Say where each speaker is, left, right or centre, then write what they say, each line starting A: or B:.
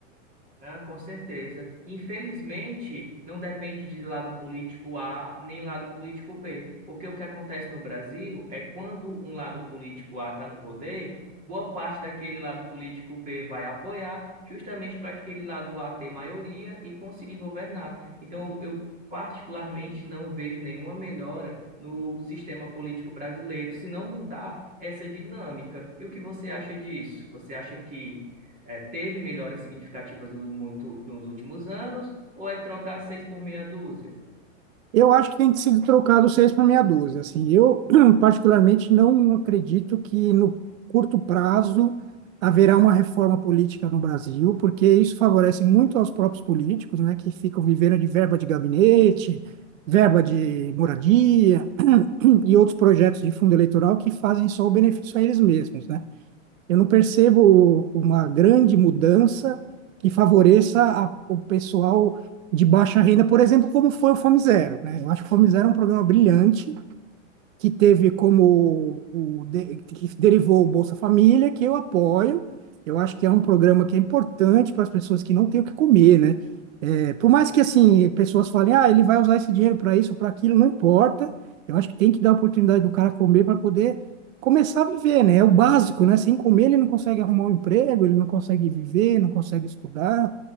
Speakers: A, on the right; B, on the right.
A: Ah, com certeza. Infelizmente, não depende de lado político A nem lado político B, porque o que acontece no Brasil é quando um lado político A está no poder, boa parte daquele lado político B vai apoiar, justamente para aquele lado A ter maioria e conseguir governar. Então, eu particularmente não vejo nenhuma melhora no sistema político brasileiro se não mudar essa dinâmica. E o que você acha disso? Você acha que é, teve melhoras significativas no muito, nos últimos anos, ou é trocar seis por meia dúzia?
B: Eu acho que tem que ser trocado seis por meia dúzia. Assim, eu <clears throat> particularmente não acredito que no curto prazo haverá uma reforma política no Brasil, porque isso favorece muito aos próprios políticos, né, que ficam vivendo de verba de gabinete, verba de moradia e outros projetos de fundo eleitoral que fazem só o benefício a eles mesmos, né? Eu não percebo uma grande mudança que favoreça a- o pessoal de baixa renda, por exemplo, como foi o Fome Zero, né? Eu acho que o Fome Zero é um programa brilhante, que teve como o, de- que derivou o Bolsa Família, que eu apoio. Eu acho que é um programa que é importante para as pessoas que não têm o que comer, né? É, por mais que assim pessoas falem, ah, ele vai usar esse dinheiro para isso, para aquilo, não importa. Eu acho que tem que dar a oportunidade do cara comer para poder começar a viver, né? É o básico, né? Sem comer ele não consegue arrumar um emprego, ele não consegue viver, não consegue estudar.